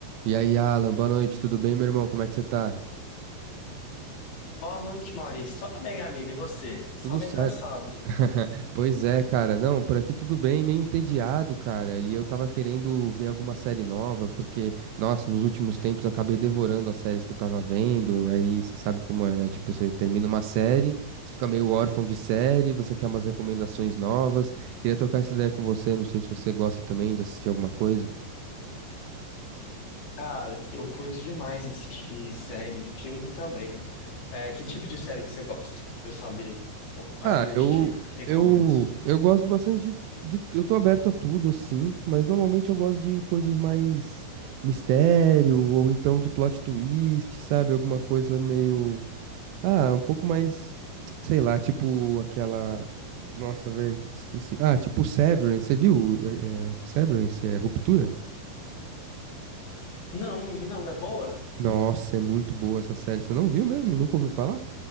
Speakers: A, on the right; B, on the left.
A: E aí, Alan, boa noite, tudo bem, meu irmão? Como é que você tá?
B: Boa noite, Maurício. Só bem, amigo, e você? Só
A: Tudo
B: meio
A: certo.
B: cansado.
A: <laughs> Pois é, cara. Não, por aqui tudo bem, meio entediado, cara. E eu tava querendo ver alguma série nova, porque, nossa, nos últimos tempos eu acabei devorando as séries que eu tava vendo. Aí você sabe como é, né? Tipo, você termina uma série, você fica meio órfão de série, você quer umas recomendações novas. Queria trocar essa ideia com você, não sei se você gosta também de assistir alguma coisa.
B: Cara, eu curto demais assistir série, filme também. É, que tipo de série que você gosta? Pra eu saber qu- quais
A: Ah,
B: eu
A: eu,
B: te recomendo.
A: eu, eu gosto bastante de, de- Eu tô aberto a tudo, assim, mas normalmente eu gosto de coisas mais mistério, ou então de plot twist, sabe? Alguma coisa meio. Ah, um pouco mais. Sei lá, tipo aquela. Nossa, velho, esqueci. Ah, tipo Severance, você viu? É, é, Severance, é Ruptura?
B: Não, não vi não. É boa?
A: Nossa, é muito boa essa série. Você não viu mesmo? Nunca ouviu falar?